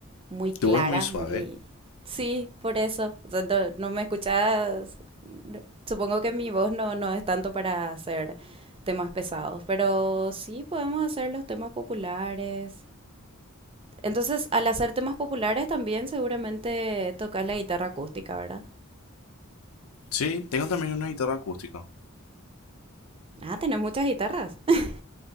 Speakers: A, on the right; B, on the left.
A: muy clara,
B: Tu voz es muy suave.
A: muy... Sí, por eso. O sea, no, no me escuchas... Supongo que mi voz no, no es tanto para hacer temas pesados, pero sí podemos hacer los temas populares. Entonces, al hacer temas populares también seguramente tocas la guitarra acústica, ¿verdad?
B: Sí, tengo también una guitarra acústica.
A: Ah, tenés muchas guitarras. <laughs>